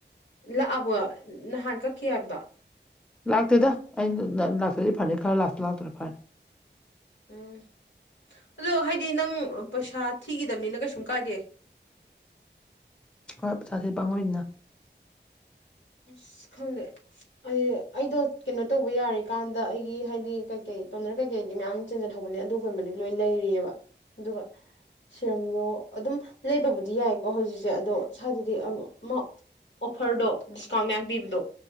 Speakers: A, on the left; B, in the centre.
A: ꯂꯥꯛꯑꯕꯣ ꯅꯍꯥꯟ ꯀꯛꯈꯤ ꯍꯥꯏꯕꯗꯣ
B: ꯂꯥꯛꯇꯦꯗ ꯑꯩꯅ ꯂꯥꯛꯇ꯭ꯔꯗꯤ ꯐꯅꯤ ꯈꯟꯂ ꯂꯥꯛꯁꯨ ꯂꯥꯛꯇꯔꯦ ꯐꯔꯦ
A: ꯎꯝ ꯑꯗꯣ ꯍꯥꯏꯗꯤ ꯅꯪ ꯄꯩꯁꯥ ꯊꯤꯈꯤꯗꯕꯅꯤꯅ ꯀꯩꯁꯨꯝ ꯀꯥꯏꯗꯦ
B: ꯍꯣꯏ ꯄꯩꯁꯥꯁꯦ ꯄꯥꯃꯣꯏꯗꯅ
A: ꯑꯁ ꯈꯪꯗꯦ ꯑꯩ ꯑꯩꯗꯣ ꯀꯩꯅꯣ ꯇꯧꯕ ꯌꯥꯔꯤꯀꯥꯟꯗ ꯑꯩꯒꯤ ꯍꯥꯏꯗꯤ ꯀꯩꯀꯩ ꯇꯣꯅꯔ ꯀꯩꯀꯩꯗꯤ ꯃꯌꯥꯝ ꯆꯦꯟꯖꯟꯍꯧꯕꯅꯤ ꯑꯗꯨꯒꯨꯝꯕꯗꯤ ꯂꯣꯏ ꯂꯩꯔꯤꯑꯕ ꯑꯗꯨꯒ ꯁꯤꯔꯝꯗꯣ ꯑꯗꯨꯝ ꯂꯩꯕꯕꯨꯗꯤ ꯌꯥꯏꯀꯣ ꯍꯧꯖꯤꯛꯁꯦ ꯑꯗꯣ ꯏ꯭ꯋꯥꯏꯗꯗꯤ ꯑꯃ ꯑꯣꯐꯔꯗꯣ ꯗꯤꯁꯀꯥꯎꯟ ꯃꯌꯥꯝ ꯄꯤꯕꯗꯣ